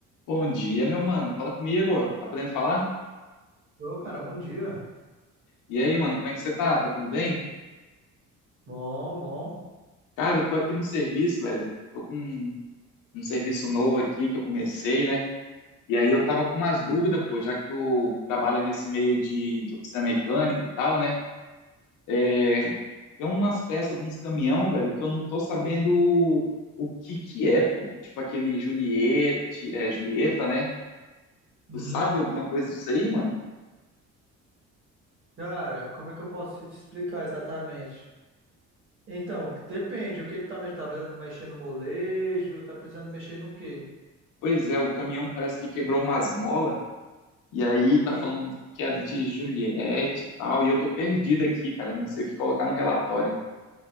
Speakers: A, on the left (about 90°); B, on the right (about 40°).
A: Bom dia, meu mano. Fala comigo. Tá podendo falar?
B: Ô, cara, bom dia.
A: E aí, mano, como é que você tá? Tá tudo bem?
B: Bom, bom.
A: Cara, eu tô aqui no serviço, velho. Tô com um, um serviço novo aqui que eu comecei, né? E aí eu tava com umas dúvidas, pô, já que tu trabalha nesse meio de, de oficina mecânica e tal, né? É, tem umas peças de uns caminhão, velho, que eu não tô sabendo o, o que que é, pô. Tipo aquele Juliette, é, Julieta, né?
B: Uhum.
A: Tu sabe alguma coisa disso aí, mano?
B: Cara, como é que eu posso te explicar exatamente? Então, depende. O que que tá mexendo? Tá precisando mexer no molejo? Tá precisando mexer no quê?
A: Pois é, o caminhão parece que quebrou umas molas. E aí tá
B: Hein?
A: falando que é de Juliette e tal, e eu tô perdido aqui, cara, eu não sei o que colocar no relatório.